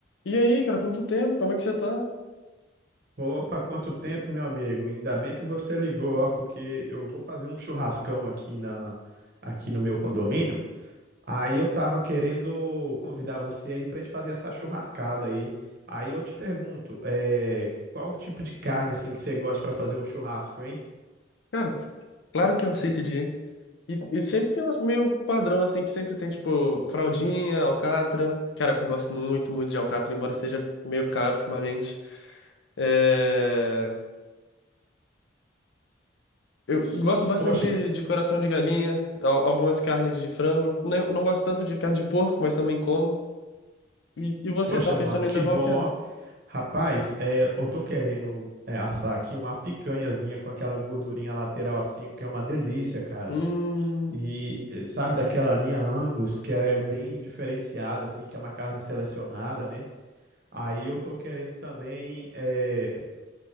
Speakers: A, on the left; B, on the right.
A: E aí, cara, quanto tempo? Como é que você tá?
B: Opa, quanto tempo, meu amigo? Ainda bem que você ligou, ó, porque eu vou fazer um churrascão aqui na aqui no meu condomínio. Aí eu tava querendo convidar você aí pra gente fazer essa churrascada aí. Aí eu te pergunto, é, qual o tipo de carne assim que você gosta pra fazer um churrasco, hein?
A: Cara, claro que eu aceito de ir. E, e sempre tem umas meio padrão, assim, que sempre tem, tipo, fraldinha, alcatra. Cara, eu gosto muito, muito de alcatra, embora seja meio caro ultimamente. É... Eu gosto bastante
B: Poxa,
A: de,
B: que-
A: de coração de galinha, al- algumas carnes de frango. Não, não gosto tanto de carne de porco, mas também como. E, e você,
B: poxa,
A: tá pensando
B: mano, que
A: em levar
B: bom,
A: o quê?
B: ó. Rapaz, é, eu tô querendo é, assar aqui uma picanhazinha com aquela gordurinha lateral assim, que é uma delícia, cara.
A: Hum...
B: E eh, sabe daquela linha Angus, que é bem diferenciada, assim, que é uma carne selecionada, né? Aí eu tô querendo também eh,